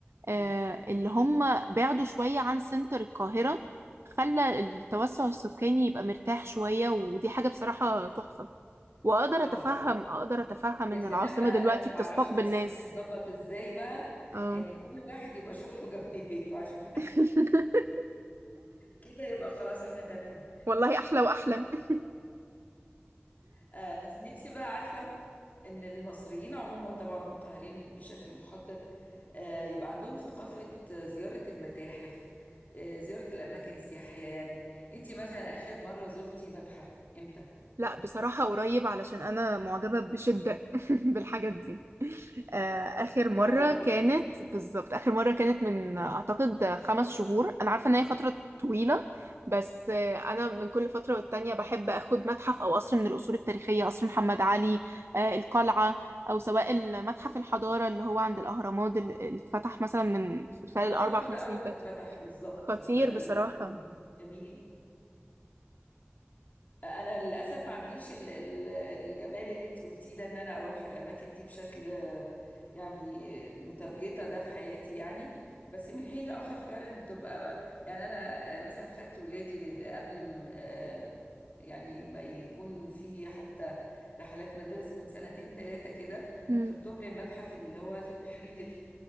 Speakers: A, on the left; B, on the right.
A: مم.
B: آه، اللي هم بعدوا شوية عن سنتر القاهرة خلى التوسع السكاني يبقى مرتاح شوية ودي حاجة بصراحة تحفة واقدر
A: اه
B: اتفهم اقدر اتفهم
A: يا
B: ان
A: سلام
B: العاصمة
A: بقى
B: دلوقتي
A: لو ما
B: بتستقبل
A: اعرفش بس
B: ناس
A: دي تتظبط ازاي بقى
B: اه
A: ان كل واحد يبقى شغله <laughs> جنب بيته عشان <laughs>
B: <laughs>
A: كده يبقى خلاص احنا تمام
B: والله احلى واحلى <laughs>
A: آه بس نفسي بقى عارفه ان المصريين عموما طبعا والقاهرين بشكل محدد آه يبقى عندهم ثقافه آه، زياره المتاحف آه زياره الاماكن السياحيه يعني انت مثلا اخر مره زرتي متحف امتى؟
B: لا بصراحة قريب علشان انا معجبة بشدة <laughs> بالحاجات دي آه،
A: لا
B: آخر مرة
A: براود
B: كانت بالظبط آخر مرة كانت من آه، أعتقد آه، خمس شهور أنا عارفة إن هي فترة طويلة بس آه، أنا من كل فترة والتانية بحب أخد متحف أو قصر من القصور التاريخية قصر محمد علي آه، القلعة أو سواء المتحف الحضارة اللي هو عند الأهرامات اللي اللي اتفتح مثلا من في خلال
A: انا
B: الأربع
A: روحته
B: خمس
A: ده اول
B: سنين
A: ما
B: فاتوا
A: اتفتح بالظبط
B: خطير
A: ب- لل-
B: بصراحة
A: مم. جميل انا للاسف ما عنديش ال- ال- الجمال اللي انت قلتيه ده ان انا اروح الاماكن دي بشكل آه، يعني مترجطه ده في حياتي يعني بس من حين لاخر فعلا بتبقى يعني انا آه، مثلا خدت ولادي لل- قبل ما آه، يعني ما يكون في حتى رحلات مدارس من سنتين ثلاثه كده
B: مم.
A: خدتهم للمتحف اللي هو في التحرير